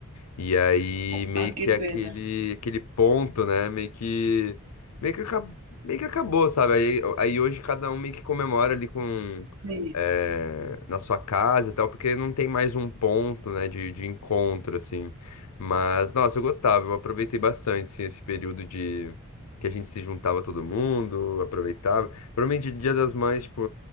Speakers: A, on the left (about 85°); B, on the right (about 80°).
A: E aí meio
B: Ah, que
A: que aquele
B: pena.
A: aquele ponto, né? Meio que meio que, acab- meio que acabou, sabe? Aí, aí hoje cada um meio que comemora ali com
B: Sim,
A: eh, na sua casa e tal, porque não tem mais um ponto, né, de, de encontro assim. Mas nossa, eu gostava, eu aproveitei bastante assim, esse período de que a gente se juntava todo mundo, aproveitava. Provavelmente Dia das Mães, tipo,